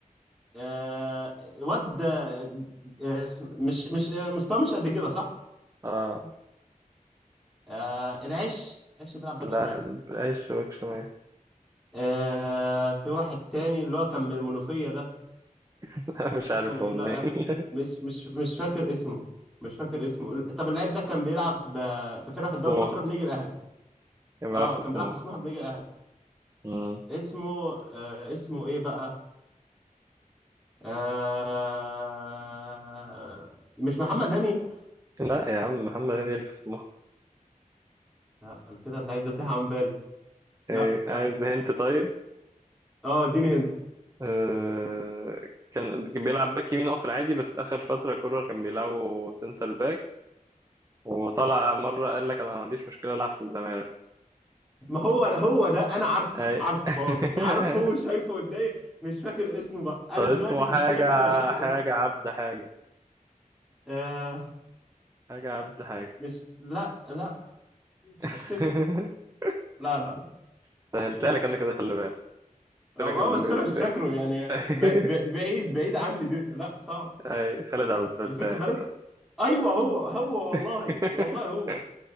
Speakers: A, in the centre; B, on the right.
A: آه واد آه آه، اسم- مش مش آه، مستواه مش قد كده صح
B: اه
A: آه العش العش بيلعب باك
B: لا
A: شمال
B: العيش شبك شمال
A: آه في واحد تاني اللي هو كان من المنوفية ده
B: <laughs> لا مش
A: اسمه
B: عارف
A: ايه
B: هو
A: بقى
B: منين
A: مش مش مش فاكر اسمه مش فاكر اسمه طب اللاعب ده كان بيلعب ب- في فرقه في
B: <laughs> سموحة
A: الدوري المصري بنيجي الاهلي
B: يبقى
A: اه
B: أنا في
A: كان
B: سموحة
A: بيلعب في سموحه بنيجي الاهلي
B: مم.
A: اسمه آه اسمه ايه بقى آه مش محمد هاني
B: لا يا عم محمد هنيدي اللي في سموحة
A: لا انا كده اللعيب ده تاه عن بالي لا
B: إيه عايز
A: لا
B: هنت طيب
A: اه اديني هند
B: آه كان بيلعب باك يمين هو في العادي بس آخر فترة كولر كان بيلعبه سنتر باك وطلع مرة قال لك أنا ما عنديش مشكلة ألعب في الزمالك
A: ما هو هو ده انا عارفه
B: أي
A: عارفه
B: <laughs>
A: خلاص عارفه وشايفه قدامي مش فاكر اسمه بقى انا
B: طب اسمه
A: دلوقتي المشكله
B: حاجة
A: ان انا مش فاكر
B: حاجة
A: اسمه
B: عبد حاجة
A: آه
B: حاجة عبد حاجة
A: مش لا لا مش
B: <laughs>
A: هفتكر لا لا لا
B: سهلتها لك أنا كده خلي بالك
A: اه
B: قلت لك ال-
A: آه، بس انا مش فاكره يعني
B: ال-
A: ب... ب...
B: <laughs>
A: بعيد بعيد عني دي لا صعب
B: أي خالد عبد الفتاح
A: الفكره بالك ايوه هو هو والله
B: <laughs>
A: والله هو